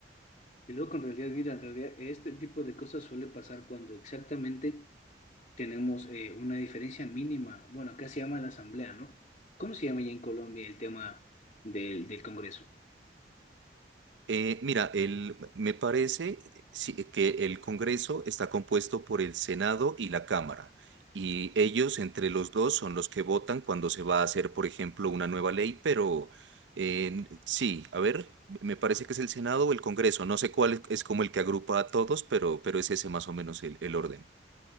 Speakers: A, on the left (about 40°); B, on the right (about 85°).
A: Y luego, en realidad, mira, en realidad este tipo de cosas suele pasar cuando exactamente tenemos eh, una diferencia mínima. Bueno, acá se llama la asamblea, ¿no? ¿Cómo se llama ya en Colombia el tema del, del Congreso?
B: Eh, mira, el, me parece eh, sí, eh, que el Congreso está compuesto por el Senado y la Cámara, y ellos entre los dos son los que votan cuando se va a hacer, por ejemplo, una nueva ley, pero eh, sí, a ver, me parece que es el Senado o el Congreso, no sé cuál es, es como el que agrupa a todos, pero, pero es ese más o menos el, el orden.